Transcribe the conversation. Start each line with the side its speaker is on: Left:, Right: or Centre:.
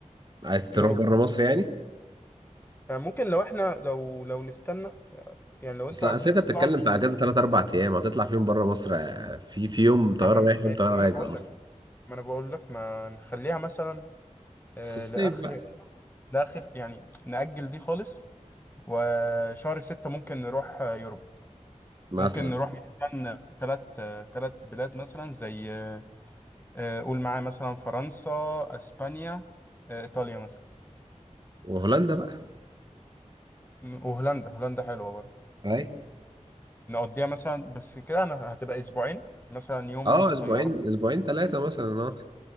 Right: عايز تروح
Left: يوروب
Right: بره مصر يعني
Left: يعني ممكن لو احنا لو لو نستنى يعني لو انتوا
Right: اصل اصل
Left: عايزين
Right: انت
Left: تطلعوا
Right: بتتكلم
Left: دي
Right: في اجازه 3 4 ايام هتطلع فيهم بره مصر آه، في في يوم طياره
Left: ما احنا
Right: رايح
Left: ما
Right: يوم
Left: هي
Right: طياره
Left: دي ما
Right: راجع
Left: انا بقول
Right: اصلا
Left: لك ما انا بقول لك ما نخليها مثلا آه،
Right: في الصيف
Left: لاخر
Right: بقى
Left: لاخر يعني نأجل دي خالص وشهر ستة ممكن نروح آه، يوروب
Right: مثلا
Left: ممكن نروح مثلا ثلاث ثلاث بلاد مثلا زي آه، آه، قول معايا مثلا فرنسا اسبانيا آه، ايطاليا مثلا
Right: وهولندا بقى
Left: م- وهولندا هولندا حلوة برضه
Right: اي
Left: نقضيها مثلا بس كده انا هتبقى اسبوعين مثلا يوم
Right: اه
Left: طيارة
Right: اسبوعين اسبوعين ثلاثه مثلا اه